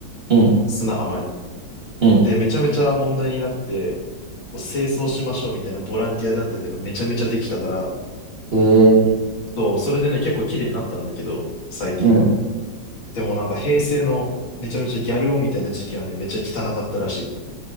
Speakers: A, on the right; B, on the left.
A: うん、
B: 砂浜に。
A: うん。
B: で、めちゃめちゃ問題になって、こう、清掃しましょうみたいなボランティア団体とかめちゃめちゃできたから、
A: えー、
B: そう、それでね、結構綺麗になったんだけど、最近は。
A: うん。
B: でもなんか平成のめちゃめちゃギャル男みたいな時期はね、めちゃ汚かったらしい。